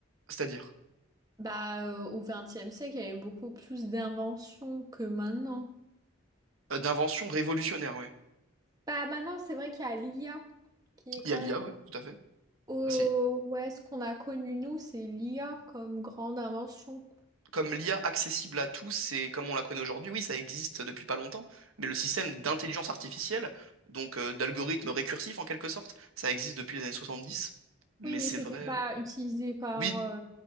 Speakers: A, on the right; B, on the right.
A: C'est-à-dire.
B: Bah, euh, au XXe siècle, il y avait beaucoup plus d'inventions que maintenant.
A: Euh, d'invention révolutionnaire, oui.
B: Bah, maintenant, c'est vrai qu'il y a l'IA qui est
A: Il
B: quand
A: y a l'IA,
B: même...
A: oui, tout à fait.
B: au
A: Bah, C'est
B: ouais, ce qu'on a connu, nous, c'est l'IA comme grande invention.
A: comme l'IA accessible à tous et comme on la connaît aujourd'hui, oui, ça existe depuis pas longtemps, mais le système d'intelligence artificielle, donc euh, d'algorithme récursif en quelque sorte, ça existe depuis les années 70, mais
B: Oui, mais
A: c'est
B: c'était
A: vrai.
B: pas
A: euh,
B: utilisé par...
A: Oui,
B: euh,